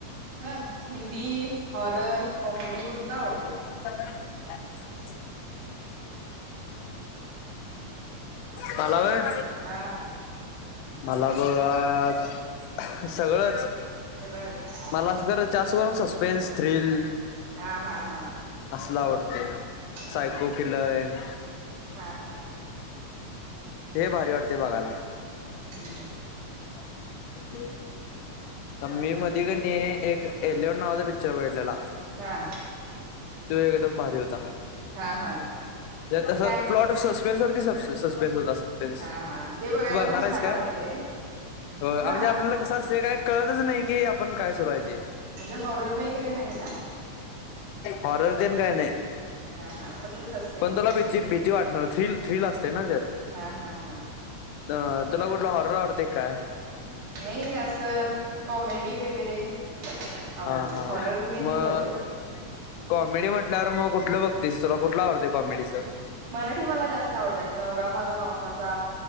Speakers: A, on the right (about 85°); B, on the left (about 80°).
A: हा हिंदी, हॉरर, कॉमेडी कोणता आवडते?
B: <unintelligible> <unintelligible> मला वय
A: आं
B: मला बघा सगळंच
A: सगळंच
B: मला असं करू जास्त करून सस्पेन्स, थ्रिल
A: हा हा हा.
B: असला आवडते
A: हा
B: सायको किलर येन
A: हा हा.
B: हे भारी वाटते बघायला.
A: हम्म.
B: <unintelligible> पण मी मध्ये का नाही एक एलियन नावाचा पिक्चर बघितलेला.
A: हा.
B: तो एकदम भारी होता
A: हा हा
B: ते तसं
A: काय
B: प्लॉट तर सस्पेन्स वरती सस्पे सस्पेन्स अस पेन्स
A: हा
B: तू
A: हा ते बघायला
B: बघणारा
A: पण छान
B: आहेस काय
A: वाटते
B: होय म्हणजे
A: हा
B: आपल्याला तसा सेड आहे कळलच नाही की आपण काय सुरू आहे ते.
A: म्हणजे हॉरर वगैरे नाही ना?
B: हॉरर तेन काय नाही.
A: हा हा फक्त सस्पेन्स
B: पण तुला भीती भीती वाटणार थ्रील थ्रील असते ना त्यात.
A: हा हा हा.
B: अ तुला कुठला हॉरर आवडतेय काय?
A: नाही असं कॉमेडी वगैरे आवडते
B: हा हा
A: हॉरर मी नाही
B: मग
A: बघत.
B: कॉमेडी म्हटल्यावर म कुठलं बघतीस तुला कुठलं आवडते कॉमेडीचा?
A: मराठी मला जास्त आवडत्यात नवरा माझा नवसाचा.